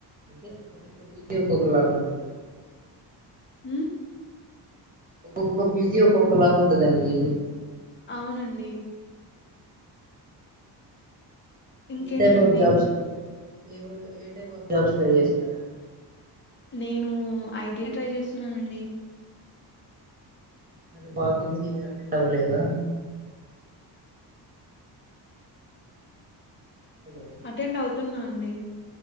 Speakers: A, on the right (about 20°); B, on the left (about 30°).
A: అంటే ఒక్కొక్క పీజీ ఒక్కొక్కలా ఉంటది
B: ఉమ్
A: ఒక్కొక్క పీజీ ఒక్కొక్కలా ఉంటదండి
B: అవునండి ఇంకేంటండి?
A: ఏ టైప్ ఆఫ్ జాబ్స్ ఏ ఏ టైప్ ఆఫ్ జాబ్స్ ట్రై జేస్తున్నారండి
B: నేను ఐటీయే ట్రై జేస్తున్నానండి
A: మరి బాకింగ్స్ది అటెండు అవ్వలేదా హలో
B: అటెండ్ అవుతున్నా అండి